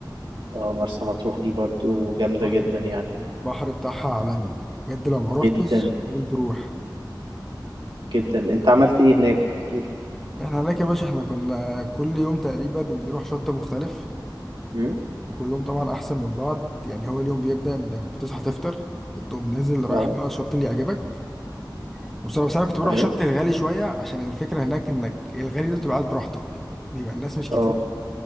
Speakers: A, on the right; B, in the centre.
A: اه مرسى مطروح دي برضو جامدة
B: البحر
A: جدا يعني
B: البحر بتاعها عالمي بجد لو ما
A: جدا
B: روحتش لازم تروح
A: جدا انت عملت ايه هناك احكيلي
B: احنا هناك يا باشا احنا كنا كل يوم تقريبا بنروح شط مختلف
A: امم
B: وكلهم طبعا احسن من بعض يعني هو اليوم بيبدأ انك بتصحى تفطر تقوم نازل رايح
A: اه
B: بقى الشط اللي يعجبك بصراحة بس انا كنت بروح
A: ايوه
B: شط الغالي شوية عشان الفكرة هناك انك الغالي ده بتبقى قاعد براحتك بيبقى الناس مش كتير
A: اه